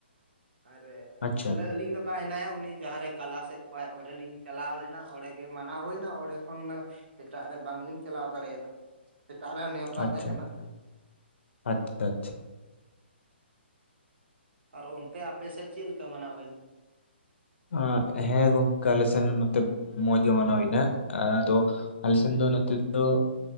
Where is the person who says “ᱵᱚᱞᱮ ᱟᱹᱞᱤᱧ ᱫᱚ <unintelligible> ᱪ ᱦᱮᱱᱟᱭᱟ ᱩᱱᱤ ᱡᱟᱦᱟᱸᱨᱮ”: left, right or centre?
Right